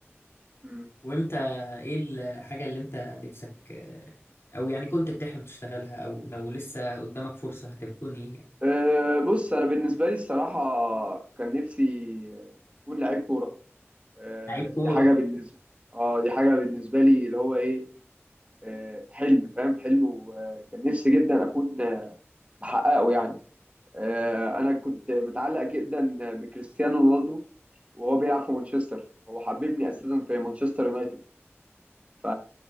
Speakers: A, on the right; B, on the left.
A: مم.
B: وانت ايه الحاجة اللي انت نفسك آه، او يعني كنت بتحلم تشتغلها او لو لسه قدامك فرصة هتكون ايه يعني؟
A: آه، بص انا بالنسبه لي الصراحه كان نفسي آه، اكون لعيب كوره آه،
B: لعيب كورة
A: دي حاجه بالنسبه اه دي حاجه بالنسبه لي اللي هو ايه آه، حلم فاهم حلم وكان نفسي جدا اكون محققه يعني آه، انا كنت متعلق جدا بكريستيانو رونالدو وهو بيلعب في مانشستر هو حببني اساسا في مانشستر يونايتد ف...